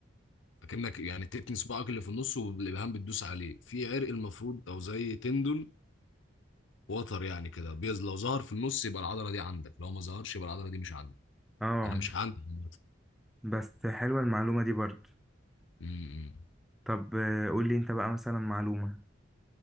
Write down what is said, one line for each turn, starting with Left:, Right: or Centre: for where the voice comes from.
Left: اكنك يعني تتني صباعك اللي في النص والابهام بتدوس عليه في عرق المفروض او زي تندون وتر يعني كده بيز لو ظهر في النص يبقى العضلة دي عندك لو ما ظهرش يبقى العضلة دي مش عندك
Centre: اه
Left: انا مش عندي عامة.
Centre: بس حلوة المعلومة دي برضو
Left: م- م.
Centre: طب آه، قول لي انت بقى مثلا معلومة